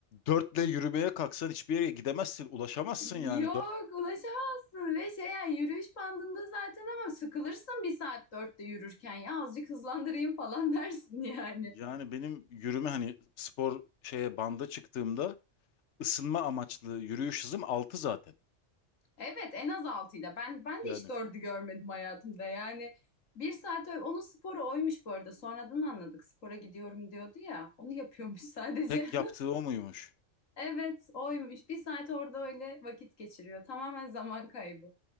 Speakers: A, on the left; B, on the left.
A: dörtle yürümeye kalksan hiçbir yere gidemezsin, ulaşamazsın
B: <laughs>
A: yani.
B: Yok
A: Dört,
B: ulaşamazsın ve şey yani yürüyüş bandında zaten ama sıkılırsın bir saat dörtte yürürken ya azıcık hızlandırayım falan <laughs> dersin yani.
A: yani benim yürüme hani spor şeye banda çıktığımda ısınma amaçlı yürüyüş hızım altı zaten.
B: Evet en az 6'yla. Ben ben
A: Yani
B: de hiç dördü görmedim hayatımda. Yani bir saat oy- onun sporu oymuş bu arada. Sonradan anladık. Spora gidiyorum diyordu ya. Onu yapıyormuş sadece.
A: tek yaptığı
B: <laughs>
A: o muymuş?
B: Evet oymuş. Bir saat orada öyle vakit geçiriyor. Tamamen zaman kaybı.